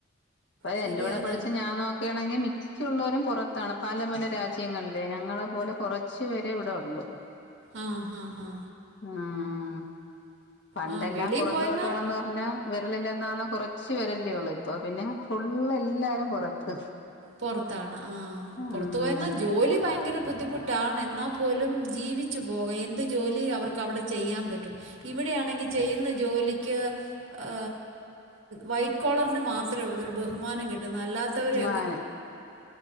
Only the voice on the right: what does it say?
ശരിയാ
അതാ
ആഹ് <unintelligible>
ആ വെളിയിൽ
പോയെന്നാ
പുറത്താണ് ആ പുറത്ത്
പോയരുന്ന ജോ ലി ഭയങ്കര ബുദ്ധിമുട്ടാണ് എന്നാ പോലും ജീവിച്ചു പോക എന്ത് ജോലി അവർക്കവിടെ ചെയ്യാൻ പറ്റും ഇവിടെയാണെങ്കി ചെയ്യുന്ന ജോലിക്ക് അ വൈറ്റ് കോളറിന് മാത്രേ ഉള്ളൂ ഒരു ബഹുമാനം കിട്ടുന്ന അല്ലാത്തവരെ